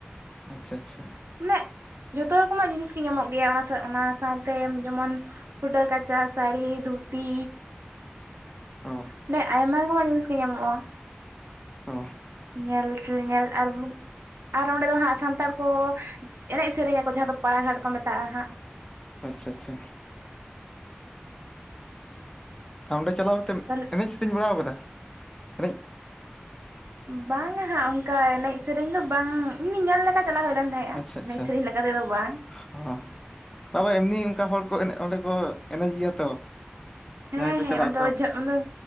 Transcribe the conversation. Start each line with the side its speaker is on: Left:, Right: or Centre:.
Left: ᱟᱪᱪᱷᱟ ᱟᱪᱪᱷᱟ
Right: ᱢᱮᱜ ᱡᱷᱚᱛᱚ ᱨᱚᱠᱚᱢᱟᱜ ᱡᱤᱱᱤᱥ ᱜᱮ ᱧᱟᱢᱚᱜ ᱜᱮᱭᱟ ᱚᱱᱟ ᱥᱟᱶᱛᱮ ᱡᱮᱢᱚᱱ ᱯᱷᱩᱴᱟᱹᱠᱟᱪᱟ ᱥᱟᱲᱤ ᱫᱷᱩᱛᱤ
Left: ᱚ
Right: ᱚᱸᱰᱮ ᱟᱭᱢᱟ ᱨᱮᱠᱚᱢᱟᱜ ᱡᱤᱱᱤᱥ ᱜᱮ ᱧᱟᱢᱚᱜᱼᱟ,
Left: ᱚ
Right: ᱧᱮᱞ ᱧᱮᱞ ᱟᱨ ᱢᱩᱠ ᱟᱨ ᱚᱸᱰᱮ ᱫᱚ ᱦᱟᱸᱜ ᱥᱟᱱᱛᱟᱲ ᱠᱚ ᱮᱱᱮᱡ ᱥᱮᱨᱮᱧ ᱟᱠᱚ ᱡᱟᱦᱟᱸ ᱫᱚ ᱯᱟᱲᱟᱜᱷᱟᱴ ᱠᱚ ᱢᱮᱛᱟᱜᱼᱟ ᱦᱟᱸᱜ᱾
Left: ᱟᱪᱪᱷᱟ ᱟᱪᱪᱷᱟ᱾ ᱚᱸᱰᱮ ᱪᱟᱞᱟᱣ ᱠᱟᱛᱮ
Right: ᱛᱟᱦᱞᱮ
Left: ᱮᱱᱮᱡ ᱥᱮᱨᱮᱧ ᱵᱟᱲᱟ ᱟᱠᱟᱫᱟ? ᱮᱱᱮᱡ
Right: ᱵᱟᱝᱟ ᱦᱟᱸᱜ ᱚᱱᱠᱟ ᱮᱱᱮᱡ ᱥᱮᱨᱮᱧ ᱫᱚ ᱵᱟᱝ ᱤᱢᱱᱤ ᱧᱮᱞ ᱞᱮᱠᱟ ᱪᱟᱞᱟᱣ ᱦᱩᱭ ᱞᱮᱱ ᱛᱟᱦᱮᱸᱜᱼᱟ
Left: ᱟᱪᱪᱷᱟ ᱟᱪᱪᱷᱟ
Right: ᱮᱱᱮᱡ ᱥᱮᱨᱮᱧ ᱞᱮᱠᱟ ᱛᱮᱫᱚ ᱵᱟᱝ
Left: ᱦᱚᱸ ᱵᱟ ᱵᱟ ᱮᱢᱱᱤ ᱚᱱᱠᱟ ᱦᱚᱲ ᱠᱚ ᱮᱱᱮ ᱚᱸᱰᱮ ᱠᱚ ᱮᱱᱮᱡ ᱜᱮᱭᱟ ᱛᱚ
Right: ᱦᱮᱸ
Left: ᱡᱟᱦᱟᱸᱭ ᱠᱚ
Right: ᱦᱮᱸ
Left: ᱪᱟᱞᱟᱜ
Right: ᱟᱫᱚ
Left: ᱟᱠᱚ
Right: <unintelligible> ᱚᱸᱰᱮ